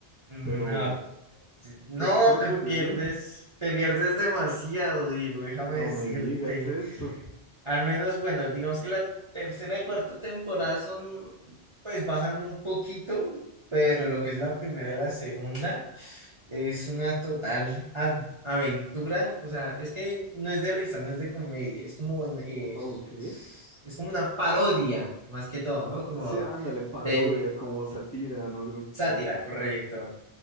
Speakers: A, on the right (about 30°); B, on the left (about 25°).
A: No,
B: Pero,
A: No,
B: ¿qué, qué me
A: te
B: puedes decir?
A: pierdes, te pierdes demasiado, Diego, déjame
B: No
A: decirte.
B: me digas eso.
A: Al menos, bueno, digamos que la tercera y cuarta temporada son, pues bajan un poquito, pero lo que es la primera y la segunda es una total ad- aventura. O sea, es que no es de risa, no es de comedia, es como, bueno, eh,
B: Ah, Ok.
A: es como una parodia, más que todo, ¿no? Como
B: Sí, ándale, parodia,
A: de
B: como sátira, no sé cómo explicarlo.
A: sátira, correcto.